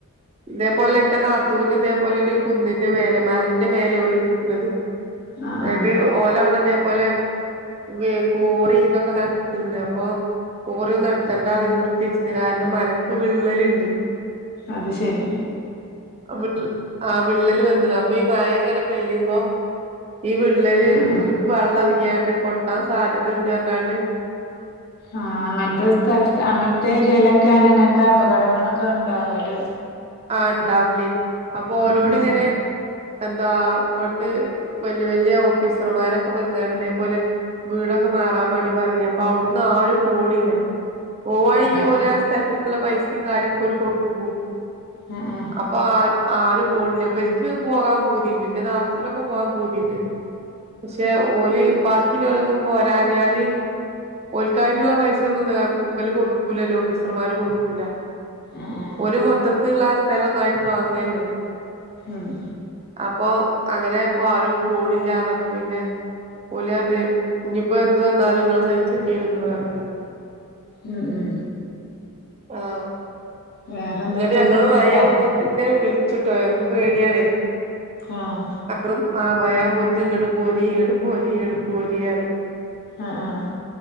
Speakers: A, on the right; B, on the left.
A: തേപോലെ ന്റെ നാ ത്തൂന് ഇതേപോലെ ഒരു കുന്നിന്റെ മേലെ മലന്റെ മേലെ ഓല് നിക്ക്ണത് ഇന്നട്ട്
B: ആഹ്
A: ഓല അവ്ടെ ഇതേപോലെ <unintelligible> കോറി ഇതൊക്കെ നടത്ത്ണ്ട് അപ്പൊ ഓരോന്നും <unintelligible> ത്തണ്ടാന്ന് നിർത്യച്ച്ണ് കാരണം മലക്ക് വിള്ളല്ണ്ട്
B: അത് ശരി
A: അവിൾ ആഹ് വിള്ളല് വന്ന്ണ് അപ്പ ഈ മഴങ്ങനെ പെയ്യുമ്പോ ഈ വിള്ളല്
B: ആഹ് ആഹ്
A: ഇക്ക് വെള്ളർങ്ങിയാണ്ട് പൊട്ടാൻ സാധ്യതണ്ട് അർഞ്ഞാണ്ട്
B: ആഹ് അങ്ങൻത്തെ സ്ഥൽത് അങ്ങൻത്തെ ഏരിയേലൊക്കെണ് ഇങ്ങൻത്തെ അപകടങ്ങളൊക്കെ ഇണ്ടാകല്
A: ആഹ് ഇണ്ടാവലേ അപ്പൊ ഓലോട്
B: ഉം
A: ഇങ്ങനെ
B: ഉം
A: എന്താ <unintelligible> വെല്യേ വെല്യേ ഓഫീസർമാരൊക്കെ വന്നാണ്ട് ഇതേപോലെ വീടൊക്കെ മാറാൻ മാണ്ടി പർഞ്ഞീനി അപ്പൊ അവ്ട്ന്നാരും പോണില്ല പോവാണെങ്കി
B: ആഹ്
A: ഓലാ സ്ഥൽത്ക്ക്ള്ളെ പൈസിം കാര്യാക്കോല് കൊടുക്കും
B: എഹ് എഹ്
A: അപ്പൊ ആര് ആരും പോണില്ല ഇവൽക്ക് പോകാൻ പൂതിണ്ട് ഇൻ്റെ നാത്തൂനൊക്കെ പോകാൻ പൂതിണ്ട് പക്ഷെ ഓല് ബാക്കില്ലോലൊന്നും പോരാഞ്ഞാല് ഓൽക്കായിട്ടുള്ള പൈസ ഒന്നും ഇബല് കൊടുക്കൂലല്ലോ ഓഫീസർമാര് കൊടുക്കൂല
B: ഉം ഉം
A: ഓല് മൊത്തത്ത്ള്ള ആ സ്ഥലൊന്നായിട്ട് വാങ്ങല്ലേ
B: ആഹ്
A: അപ്പൊ അങ്ങനെ ഇപ്പൊ ആരും പോണില്ലാർന്നപ്പം പിന്നെ ഓല് അർഞ്ഞ് ഇഞ്പ്പോ എന്ത് വന്നാലും ഇങ്ങള് സഹിച്ചണ്ട്യേരുംന്ന് പർഞ്ഞ്
B: ഉം ഉം
A: ആഹ്
B: വേറെന്തൊക്കെയാട്ട്
A: ഇന്നട്ട് ഞങ്ങള് മഴവുമ്പോ
B: ഫുഡാ
A: തിങ്ങനെ വിൾച്ചുട്ടോ ഞങ്ങക്ക് പേടിയാണെ
B: ആഹ്
A: ളും ആഹ് മഴ ആവുമ്പോത്തിന് ഇങ്ങട്ട് പോരി ഇങ്ങട്ട് പോരി ഇങ്ങട്ട് പോരി അറിം
B: ആഹ് ആഹ്